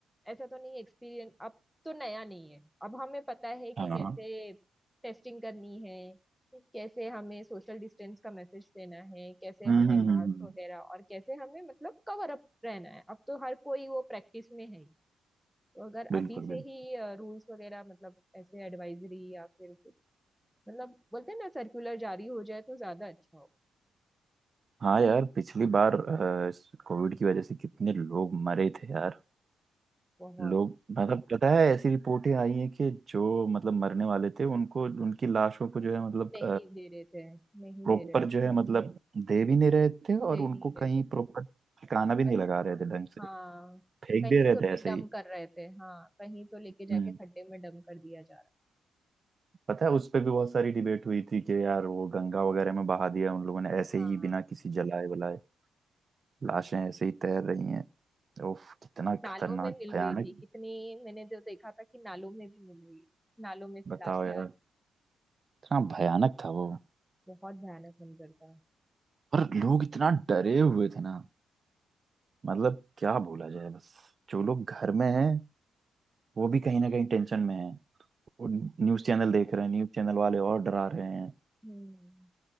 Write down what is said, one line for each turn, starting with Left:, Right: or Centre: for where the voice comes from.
Centre: ऐसा तो नहीं एक्सपीरियंस अब तो नया नहीं है अब हमें पता है कि
Right: हाँ हम्म
Centre: कैसे टेस्टिंग करनी है कैसे हमें सोशल डिस्टेंस का मैसेज देना है कैसे
Right: हम्म,
Centre: हमें
Right: हम्म,
Centre: मास्क
Right: हम्म,
Centre: वगैरह और कैसे हमें मतलब कवर अप रहना है अब तो हर कोई वो प्रैक्टिस में है ही। तो अगर
Right: बिल्कुल
Centre: अभी से
Right: बिल्कुल
Centre: ही रूल्स वगैरह मतलब ऐसे एडवाइजरी या फिर मतलब बोलते हैं ना सर्कुलर जारी हो जाए तो ज्यादा अच्छा हो
Right: हाँ यार पिछली बार कोविड की वजह से कितने लोग मरे थे यार
Centre: बहुत
Right: लोग मतलब पता है ऐसी रिपोर्टें आई हैं कि जो मतलब मरने वाले थे उनको उनकी लाशों को जो है मतलब
Centre: नहीं दे रहे थे नहीं
Right: प्रॉपर
Centre: दे रहे थे
Right: जो है मतलब दे भी नहीं रहे थे
Centre: दे
Right: और उनको
Centre: नहीं रहे
Right: कहीं
Centre: थे
Right: प्रॉपर ठिकाना भी नहीं
Centre: कहीं-
Right: लगा रहे थे ढंग से
Centre: हाँ
Right: फेंक
Centre: कहीं
Right: दे रहे
Centre: तो
Right: थे
Centre: भी
Right: ऐसे
Centre: डम
Right: ही
Centre: कर रहे थे हाँ कहीं तो लेके
Right: हम्म
Centre: जाके खड्डे में डम कर दिया जा रहा
Right: पता है उस पे भी बहुत सारी डिबेट हुई थी कि यार वो गंगा वगैरह में बहा दिया उन लोगों ने ऐसे
Centre: है
Right: ही
Centre: हाँ
Right: बिना किसी जलाए बुलाए लाशें ऐसे ही तैर रही हैं उफ कितना
Centre: नालों
Right: खतरनाक
Centre: में मिल
Right: भयानक
Centre: रही थी कितनी मैंने तो देखा था कि नालों में भी मिल रही है नालों में से
Right: बताओ
Centre: लाशें
Right: यार
Centre: आ रही
Right: इतना भयानक था वो
Centre: बहुत भयानक मंजर था
Right: और लोग इतना डरे हुए थे ना मतलब क्या बोला जाए बस जो लोग घर में हैं वो भी कहीं ना कहीं टेंशन में हैं वो न्यूज़ चैनल देख रहे हैं न्यूज़ चैनल वाले और डरा रहे हैं
Centre: हम्म